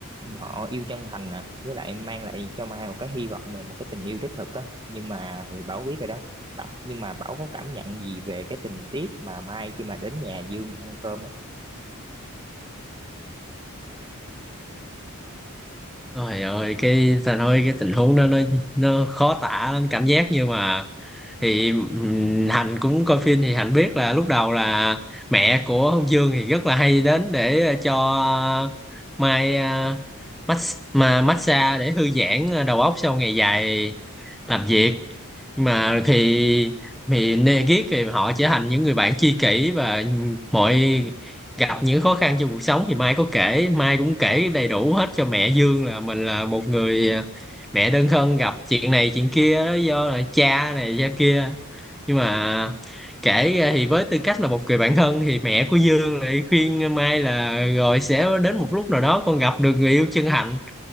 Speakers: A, on the right; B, in the centre.
A: họ yêu chân thành nè với lại mang lại cho Mai một cái hy vọng về một cái tình yêu đích thực á nhưng mà thì Bảo biết rồi đó Bảo nhưng mà Bảo có cảm nhận gì về cái tình tiết mà Mai khi mà đến nhà Dương ăn cơm á
B: Ôi ơi cái ta nói cái tình huống đó nó nó khó tả lắm cảm giác như mà thì ừm, Hạnh cũng coi phim thì Hạnh biết là lúc đầu là mẹ của Hồng Dương thì rất là hay đến để ờ, cho Mai ờ, mass- mà massage để thư giãn ờ, đầu óc sau ngày dài làm việc nhưng mà thì thì nê ghét thì họ trở thành những người bạn tri kỷ và mọi gặp những khó khăn trong cuộc sống thì Mai có kể Mai cũng kể đầy đủ hết cho mẹ Dương là mình là một người ờ, mẹ đơn thân gặp chuyện này chuyện kia do là cha này cha kia nhưng mà kể ra thì với tư cách là một người bạn thân thì mẹ của Dương lại khuyên Mai là rồi sẽ đến một lúc nào đó con gặp được người yêu chân thành